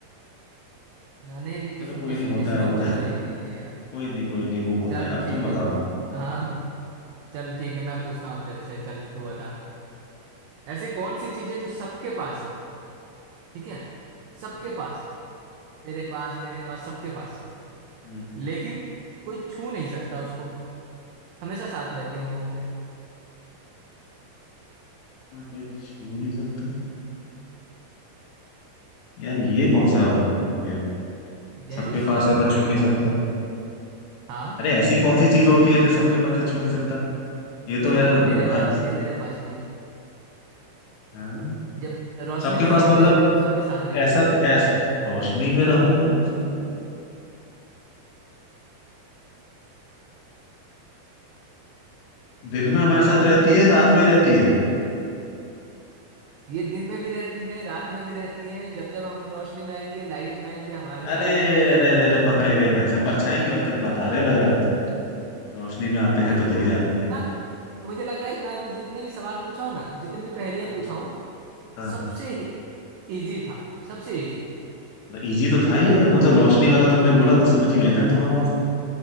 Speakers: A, on the right; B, on the left.
A: ना, नहीं नहीं,
B: चलो
A: इस,
B: कोई
A: इसमें
B: नहीं होता
A: इसमें
B: है होता
A: कोई लॉजिक
B: है <laughs>
A: नहीं है यार
B: कोई नहीं कोई नहीं वो होता
A: चल
B: है अब
A: ठीक
B: तुम बताओ
A: है
B: हम्म,
A: हाँ चल ठीक है मैं पूछता हूँ अब तेरे से चल तू बता ऐसी कौन सी चीज है जो सबके पास है ठीक है सबके
B: हम्म,
A: पास तेरे पास मेरे पास सबके पास है
B: हम्म,
A: लेकिन कोई छू नहीं सकता उसको हमेशा साथ रहती है हम लोगों के
B: हाँ, कोई छू नहीं सकता यार ये कौन सा हो हो गया
A: गहरी
B: सबके
A: सोच
B: पास
A: में
B: है
A: पड़
B: पर
A: गया
B: छू नहीं
A: क्या
B: सकता
A: हाँ
B: अरे ऐसी कौन सी चीज होती है जो सबके पास है छू नहीं सकता ये
A: देखो
B: तो यार
A: तेरे पास
B: हर
A: भी है मेरे पास भी है
B: हाँ
A: जब रोशनी
B: सबके
A: में
B: पास
A: रहोगे
B: मतलब
A: हम सबके साथ रहेगी
B: ऐसा ऐस, रोशनी में रहोगे हम सबके पास। दिन में हमारे साथ रहती है रात में रहती है
A: <laughs> ये दिन में भी रहती है रात में भी रहती है जब जब हम रोशनी में आएंगे लाइट में आएंगे हमारे
B: अरे
A: साथ रहेगी
B: अरे अरे अरे पकड़े गए भाई साहब परछाई की बात बता रहे हो लग रहा है मुझे रोशनी में आते
A: यार
B: हैं तो
A: तुम
B: दिख जाती
A: इतना
B: है
A: मुझे लग रहा है मैं अभी जितने भी सवाल पूछा हूं ना जितनी भी पहेलियां
B: हाँ
A: पूछा हूं
B: हाँ
A: सबसे इजी था सबसे इजी
B: इजी तो था ही यार मतलब रोशनी वाला तुमने बोला तो समझ ही गए थे हम थोड़ा बहुत सा